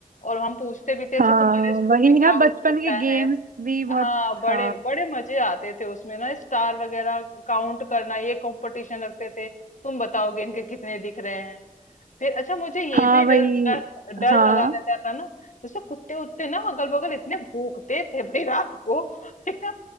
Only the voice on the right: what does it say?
हाँ
वही
ना
बचपन
के गेम्स
भी बहुत
था
हाँ
वही
हाँ